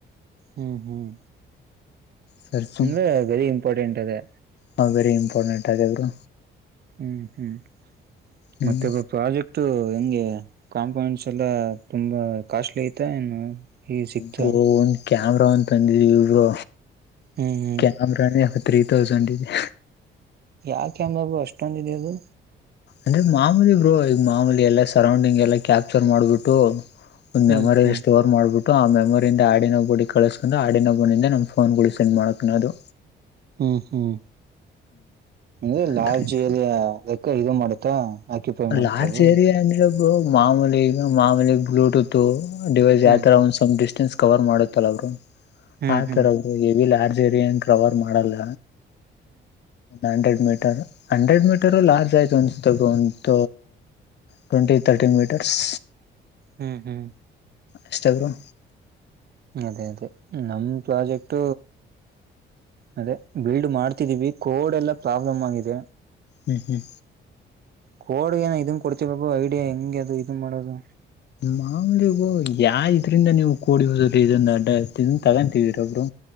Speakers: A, on the right; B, on the left.
A: ಹ್ಮ್ ಹ್ಮ್
B: ಸರ್ಚ್
A: ಅಂದ ವೆರಿ ಇಂಪಾರ್ಟೆಂಟ್ ಅದೇ
B: ಹಾ ವೆರಿ ಇಂಪಾರ್ಟೆಂಟ್ ಅವರು
A: ಹ್ಮ್ ಹ್ಮ್
B: ಹ್ಮ್
A: ಮತ್ತೆಬ್ಬ ಪ್ರಾಜೆಕ್ಟ ಹೆಂಗೆ ಕಾಂಪೌಂಡಸ್ ಎಲ್ಲ ತುಂಬಾ ಕಾಸ್ಟ್ಲಿ ಐತ ಏನು ಈ ಸಿಕ್ತಾ
B: ಬ್ರೋ ಒಂದ್ ಕ್ಯಾಮ್ರಾ ಒಂತ ತಂದಿದವಿ ಇರು
A: ಹ್ಮ್ ಹ್ಮ್
B: ಕ್ಯಾಮ್ರಾನೇ ತ್ರೀ ತೌಸಂಡ್ ಇದೆ
A: ಯಾಕೆ ಬಾಬು ಅಷ್ಟೊಂದ ಇದೆಯ ಅದು
B: ಅಂದ್ರೆ ಮಾಮೂಲಿ ಬ್ರರು ಈಗ ಮಾಮೂಲಿ ಎಲ್ಲಾ ಸರೌಂಡಿಂಗ್ ಎಲ್ಲಾ ಕ್ಯಾಪ್ಚರ್ ಮಾಡ್ಬಿಟ್ಟು ಒಂದ್
A: ಹ್ಮ್
B: ಮೆಮೊರಿ
A: ಹ್ಮ್
B: ಸ್ಟೋರ್ ಮಾಡ್ಬಿಟ್ಟು ಆ ಮೆಮೊರಿಯಂದ ಆಡಿನೋಗಬುಡಿ ಕಳಿಸ್ಕೊಂಡು ಆಡಿನಬನಿಂದ ನಮ್ಮ ಫೋನ್ಗಳು ಸೆಂಡ್ ಮಾಡೋಕೆಣ ಅದು
A: ಹ್ಮ್ ಹ್ಮ್ ಅ್ರೆ
B: ಆತರ
A: ಲಾಲ್ಜಿರಿ
B: ಇದೆ.
A: ಲೆಕ್ಕ ಇದು ಮಾಡ ಆತ್ತಾ ಆಕ್ಯುಪೈ ಮಾಡ್ತರು
B: ಲಾರ್ಜ್ ಏರಿಯಾ ಅಂದ್ರೆ ಮಾಮೂಲಿ ಮಾಮೂಲಿ ಬ್ಲೂಟೂತ್ ಡಿವೈಸ್
A: ಹ್ಮ್
B: ಯಾವತರ
A: ಹ್ಮ್
B: ಒಂದ್ ಡಿಸ್ಟೆನ್ಸ್ ಕವರ್ ಮಾಡುತ್ತಲ್ಲ ಅವರು
A: ಹ್ಮ್
B: ಆಥರ
A: ಹ್ಮ್
B: ಅವರು ಎವಿ ಲಾರ್ಜ್ ಏರಿಯಾ ಕವರ್ ಮಾಡಲ್ಲ hundred metre hundred metre large ಆಯ್ತ ತಗೋಂತ ಟ್ವೆಂಟಿ ತರ್ಟಿ ಮೀಟರ್ಸ್
A: ಹ್ಮ್ ಹ್ಮ್
B: ಇನ್ಸ್ಟಾಗ್ರಾಮ
A: ಅದೇ ಅದೇ ನಮ್ಮ ಪ್ರಾಜೆಕ್ಟ ಅದೇ ಬಿಲ್ಡ್ ಮಾಡ್ತಿದ್ದೀವಿ ಕೋಡ್ ಎಲ್ಲಾ ಪ್ರಾಬ್ಲಮ್ ಆಗಿದೆ
B: ಹ್ಮ್ ಹ್ಮ್
A: ಕೋಡ್ಗ ಏ ಇದನ್ ಕೊಡ್ತವಿ ಬಾಬ ಐಡಿಯಾ ಹೆಂಗಗೆ ಅದು ಇದನ್ ಮಾಡೋದು
B: ಮಾಮ್ಲಿಗ ಯಾ ಇದ್ರಿಂದ ನೀವು ಕೂಡಿ ಹುದ್ರ ಇದಂದು ಅಡ್ಡ ಇದನ್ ತಗೊಂತಿವರೊಬ್ರು